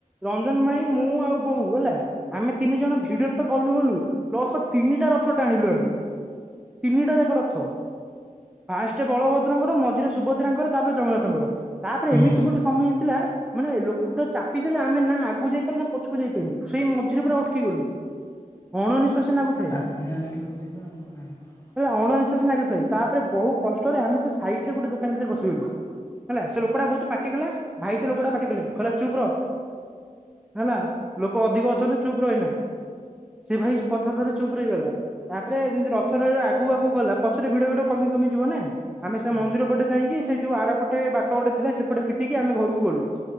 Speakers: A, in the centre; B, on the left.
A: ରଞ୍ଜନ ଭାଇ ମୁଁ ଆଉ ବୋଉ ହେଲା। ଆମେ ତିନି ଜଣ ଭିଡରେ ତ ଗଲୁ ଗଲୁ ପ୍ଲସ ତିନିଟା ରଥ ଟାଣିଲୁ ଆମେ। ତିନିଟା ଯାକ ରଥ। ପାାଷ୍ଟରେ ବଳଭଦ୍ରଙ୍କର ମଝିରେ ସୁଭଦ୍ରାଙ୍କର ତାପରେ ଜଗନ୍ନାଥଙ୍କର ତାପରେ
B: ହୁଁ
A: ଏମିତି
B: ହୁଁ।
A: ଗୋଟେ ସମୟ ଆସିଲା ମାନେ ଲୋକ ତୋ ଚାପି ଦେଲେ ଆମେ ନା ଆଗକୁ ଯାଇପାରିଲୁ ନା ପଛକୁ ଯାଇପାରିଲୁ ସେଇ ମଝିରେ ପୁରା ଅଟକି ଗଲୁ। <inaudible> ଅଣନିଶ୍ୱାସୀ ଲାଗୁଥାଏ
B: <inaudible>
A: ହେଲେ ଅଣନିଶ୍ୱାସ ଲାଗୁଥାଇ। ତାପରେ ବହୁ କଷ୍ଟରେ ଆମେ ସେ ସାଇଟ୍ ରେ ଗୋଟେ ଦୋକାନ ଭିତରେ ବସିିଗଲୁ। ହେଲା ସେ ଲୋକଟା ବହୁତ ପାଟିଗଲା ଭାଇ ସେ ଲୋକଟା କୁ ପାଟି କଲେ। କହିଲେ ଚୁପ୍ ରୁହ। ହେଲା ଲୋକ ଅଧିକ ଅଛନ୍ତି ଚୁପ୍ ରହ ଏଇନା। ସେ ଭାଇ ପଥଥର ଚୁପ୍ ରହିଗଲା। ତାପରେ ଯେମିତି ରଥରେ ଆଗକୁ ଆଗକୁ ଗଲା ପଛରେ ଭିଡ ଭିଡ କମି କମିଯିବ ନା। ଆମେ ସେ
B: ହୁଁ
A: ମନ୍ଦିର ପଟେ ଯାଇକି ସେ ଯୋଉ ଆରପଟେ ବାଟ ଗୋଟେ ଥିଲା ସେପଟେ ଫିଟିକି ଆମେ ଘରକୁ ଗଲୁ।